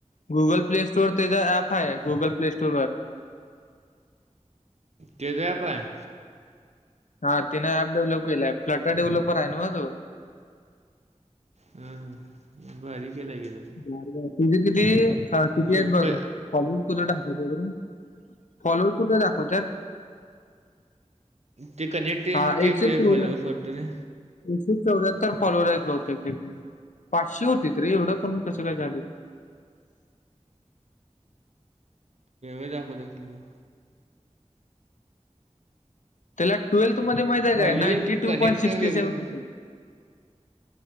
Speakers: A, on the left (about 80°); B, on the right (about 60°).
A: गुगल प्ले स्टोर त्याचा ऍप आहे गुगल प्ले स्टोर वर
B: के ज पय.
A: हा तिने ऍप डेव्हलप केलाय प्लॅटा डेव्हलपर आहे ना म तो
B: हं बारी केलं गे त.
A: ब तुझे किती किती
B: मग
A: आहेत बघ
B: प
A: फॉल. कुठं दाखवत फॉलोवर कुठं दाखवतात.
B: ते कनेक्टन
A: हा
B: ते
A: एकशे चौऱ्या
B: फॉलोअर्स वाटतं.
A: एकशे चौऱ्यात्तर फॉलोअवर आहेत बघुते तिकथडे. पाचशे होती रे एवढं कमी कसं काय झाले.
B: <inaudible> दाखवत मग
A: त्याला ट्वेल्थ मध्ये माहिती आहे
B: following
A: काय ninety two
B: connect
A: point sixty
B: वेगळं
A: सेव्हन.